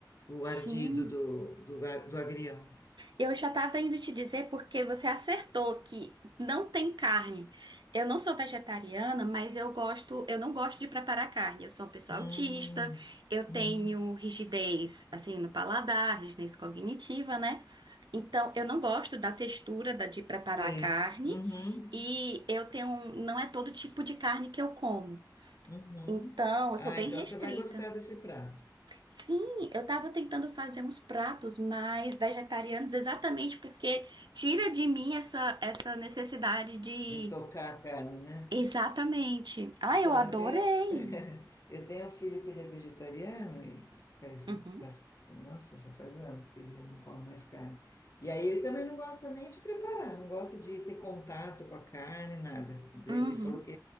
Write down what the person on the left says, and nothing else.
o
ardido do, do, a- do agrião.
Hum,
uhum,
sei.
Uhum,
uhum.
Ah,
então
você vai gostar desse prato,
de tocar a carne, né?
Então,
eu tenho, <laughs> eu tenho um filho que ele é vegetariano e faz,
bas- nossa, já faz anos que ele não come mais carne. E aí ele também não gosta nem de preparar, não gosta de ter contato com a carne, nada. Ele
falou que